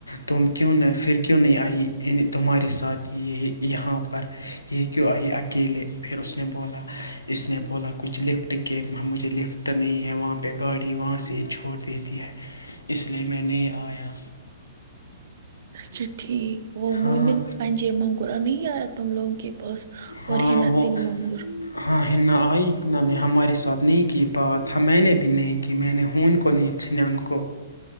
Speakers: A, on the left (about 80°); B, on the right (about 55°).
A: تم کیوں نہ پھر کیوں نہیں آئی تمہارے ساتھ یہ یہاں پر یہ کیوں آئی اکیلے پھر اس نے بولا اس نے بولا کچھ لکھ لفٹ کے مجھے لفٹ نہیں ہے وہاں پہ گاڑی وہاں سے چھوڑ دیتی ہے اس لیے میں نہیں آیا
B: اچھا ٹھیک وہ
A: ہاں
B: ممن پنجے مگورہ نہیں آیا تم لوگوں کے پاس
A: ہاں
B: اور ہینا
A: وہ
B: چن منگور
A: ہاں ہن آئی نے ہمارے ساتھ نہیں کی بات میں نے بھی نہیں کی میں نے ہ ان کو نہیں چ ان کو